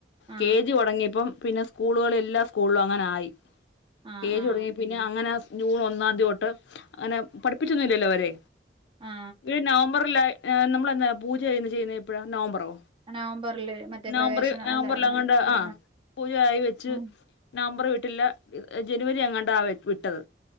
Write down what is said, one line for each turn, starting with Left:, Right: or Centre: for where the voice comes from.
Right: ആ
Left: കെ ജി തൊട്ങ്ങിയപ്പം പിന്നെ സ്കൂളുകള് എല്ലാ സ്കൂള്ലും അങ്ങനെ ആയി
Right: ആ
Left: കെ ജി
Right: ആ
Left: തുടങ്ങി പിന്നെ അങ്ങനെ സ് ജൂൺ ഒന്നാംതി തൊട്ട് ങ്ങനെ പഠിപ്പിച്ചൊന്നും ഇല്ലല്ലോ അവരെ
Right: ആ
Left: ഈ നവംബറ് ലാ നമ്മള് എന്നാ പൂജ ചെയ്ന്ന് ചെയ്യുന്നത് എപ്പഴാ നംബറോ?
Right: നവംബറില് മറ്റേ
Left: നവംബറി
Right: പ്രവേശനം
Left: നവംബറ്ലങ്ങണ്ട്
Right: അല്ല ന- ഇത്
Left: ആ പൂജായി വെച്ച്
Right: ഉം
Left: നവംമ്പറ് വീട്ടില്ല <unintelligible> ജനുവരി എങ്ങണ്ടാ വിട്ടത്